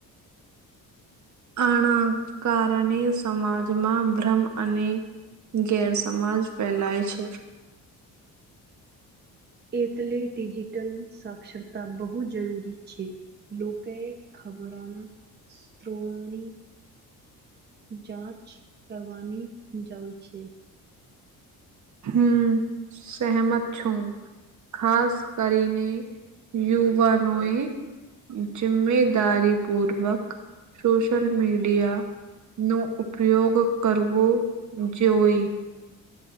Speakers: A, on the right (about 50°); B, on the right (about 30°).
A: આના કારણે સમાજમાં ભ્રમ અને ગેર સમાજ ફેલાય છે
B: એટલે ડિજિટલ સાક્ષરતા બહુ જરૂરી છે લોકોએ ખબરોના <unintelligible> જાચ કરવાની જરૂ છે
A: હમ સહેમત છું હું ખાસ કરીને યુવાનોએ જિમેદારી પૂર્વક સોશલ મીડિયા નો ઉપયોગ કરવો જોઈ.